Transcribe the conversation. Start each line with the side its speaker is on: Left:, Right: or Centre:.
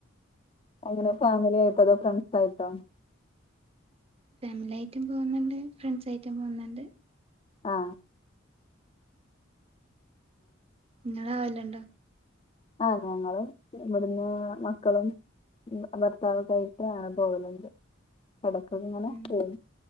Left: ങ്ങനെ ഫാമില്യായിട്ടോ അതോ ഫ്രണ്ട്സായിട്ടോ
Right: ഫാമിലി ആയിട്ടും പോകുന്നുണ്ട് ഫ്രണ്ട്സ് ആയിട്ടും പോകുന്നുണ്ട്
Left: ആഹ്
Right: ങ്ങളോവലുണ്ടോ
Left: ആഹ് ഞങ്ങള് ഇവിടുന്ന് മക്കളും ഭർത്താവോക്കായിട്ട് ആണ് പോവാലുണ്ട് ഇടയ്ക് ഒക്കെ ഇങ്ങനെ
Right: ഉം
Left: പോവും